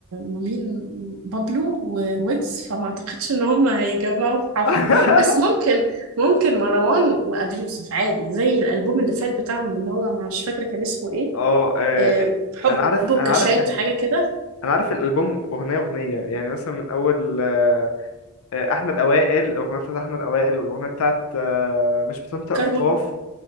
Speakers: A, on the right; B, on the left.
A: ما بين بابلو وويجز فما اعتقدش ان هم هيجمعوا في حفل
B: <laughs>
A: بس ممكن ممكن مروان وابي يوسف عادي زي الالبوم اللي فات بتاعهم اللي هو مع- مش فاكرة كان اسمه ايه
B: اه آه،
A: آه، حب
B: أنا عارف
A: وكاشات
B: أنا عارف ال-
A: حاجة كده
B: أنا عارف الألبوم أغنية أغنية يعني مثلا من أول آه، آه، إحنا الأوائل الأغنية بتاعت إحنا الأوائل والأغنية بتاعت آه، مش بتنطق
A: كارما
B: القاف